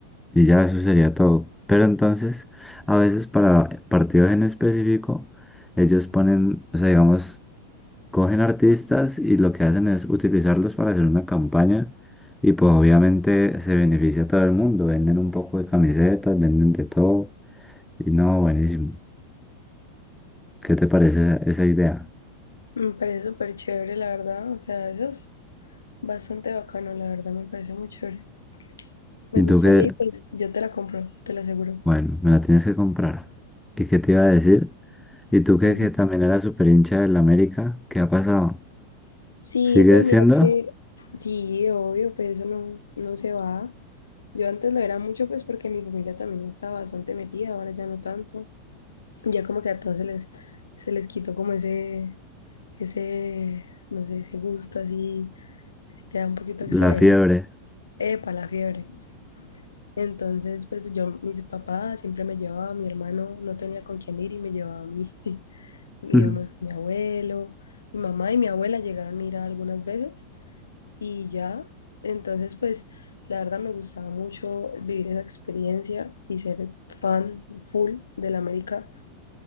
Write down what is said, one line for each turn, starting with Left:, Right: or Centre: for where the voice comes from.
Centre: ya eso sería todo. Pero entonces, a veces para partidos en específico, ellos ponen, o sea, digamos, cogen artistas y lo que hacen es utilizarlos para hacer una campaña y pues obviamente se beneficia a todo el mundo. Venden un poco de camisetas, venden de todo. Y no, buenísimo. ¿Qué te parece esa, esa idea?
Left: Me parece súper chévere, la verdad. O sea, eso es bastante bacano, la verdad, me parece muy chévere. Me
Centre: Y
Left: gustaría
Centre: tú que,
Left: y pues yo te la compro, te lo aseguro.
Centre: bueno, me la tienes que comprar. ¿Y qué te iba a decir? ¿Y tú que,
Left: Dime.
Centre: que también eras súper hincha del América? ¿Qué ha pasado?
Left: Sí,
Centre: ¿Sigue
Left: pues mira
Centre: siendo?
Left: que sí, obvio, pues eso no, no se va. Yo antes lo era mucho pues porque mi familia también estaba bastante metida, ahora ya no tanto. Ya como que a todos se les, se les quitó como ese, ese, no sé, ese gusto así, ya un poquito exagerado.
Centre: La fiebre.
Left: Epa, la fiebre. Entonces, pues yo, mis papás siempre me llevaba, mi hermano no tenía con quién ir y me llevaba a mí. Íbamos
Centre: Ujú.
Left: mi abuelo, mi mamá y mi abuela llegaron a ir algunas veces y ya. Entonces, pues la verdad me gustaba mucho vivir esa experiencia y ser fan full del América.